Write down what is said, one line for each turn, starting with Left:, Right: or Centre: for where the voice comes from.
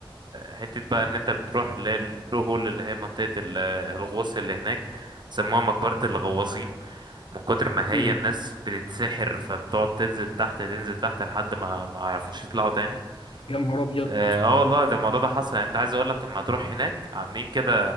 Right: حتة بقى ان انت بتروح اللي هي البلو هول اللي هي منطقة ال- الغوص اللي هناك بيسموها مقبرة الغواصين من كتر ما
Left: مم.
Right: هي الناس بتتسحر فبتقعد تنزل تحت تنزل تحت لحد ما ما يعرفوش يطلعوا تاني
Left: يا نهار ابيض
Right: اه آه والله ده الموضوع ده حصل يعني انت عايز اقول لك لما تروح هناك عاملين كده